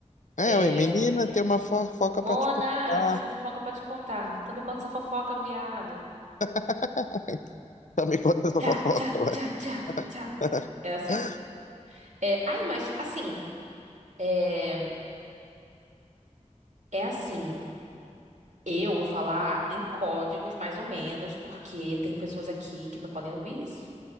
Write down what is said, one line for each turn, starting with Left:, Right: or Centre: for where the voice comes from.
Left: É,
Right: É.
Left: ué, menina, tem uma fofoca
Right: Mona,
Left: pra te contar.
Right: tem uma fofoca pra te contar. Então me conta essa fofoca, viado.
Left: <laughs> Então me conta essa
Right: Tchá,
Left: fofoca,
Right: tchá,
Left: ué.
Right: tchá, tchá, tchá.
Left: <laughs>
Right: É assim. É, ai, mas assim. É, é assim. Eu vou falar em códigos, mais ou menos, porque tem pessoas aqui que não podem ouvir isso,